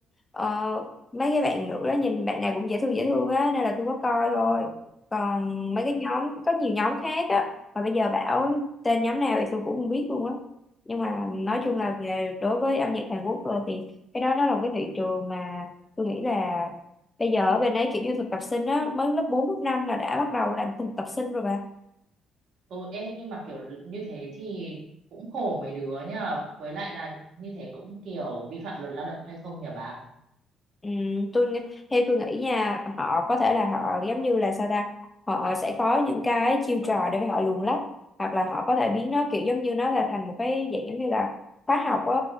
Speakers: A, on the left; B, on the right.
A: ờ, mấy cái bạn nữ đó nhìn bạn nào cũng dễ thương dễ thương á nên là tôi có coi thôi
B: Ừ,
A: còn
B: đấy.
A: mấy cái nhóm có nhiều nhóm khác á mà bây giờ bảo tên nhóm nào thì tôi cũng không biết luôn á nhưng mà nói
B: thế
A: chung
B: là-
A: là về đối với âm nhạc Hàn Quốc rồi thì cái đó nó là một cái thị trường mà tôi nghĩ là bây giờ ở bên đấy kiểu như thực tập sinh á mới lớp 4 lớp 5 là đã bắt đầu làm thực tập sinh rồi bà
B: Ồ, ê, nhưng mà kiểu như thế thì cũng khổ mấy đứa nhờ. Với lại là như thế cũng kiểu vi phạm luật lao động hay không nhờ bà?
A: Ừ, tôi nghĩ- theo tôi nghĩ nha họ có thể là họ giống như là sao ta họ sẽ có những cái chiêu trò để họ luồn lách hoặc là họ có thể biến nó kiểu giống như nó là thành một cái dạng giống như là khóa học á